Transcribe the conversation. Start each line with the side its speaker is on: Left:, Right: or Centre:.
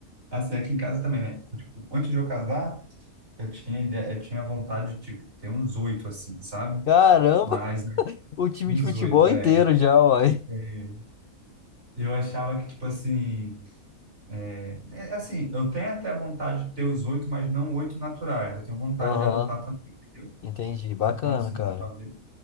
Right: assim, aqui em casa também, né? Tipo, antes de eu casar, eu tinha ideia, eu tinha vontade de, tipo, ter uns oito, assim, sabe?
Left: <laughs> Caramba,
Right: Mas,
Left: o time
Right: uns
Left: de futebol
Right: oito, é.
Left: inteiro já, uai.
Right: É, Eu achava que, tipo assim, É, é assim, eu tenho até vontade de ter os oito, mas não oito naturais. Eu tenho vontade
Left: Aham,
Right: de adotar também, entendeu?
Left: entendi. Bacana,
Right: Então, assim,
Left: cara.
Right: talvez.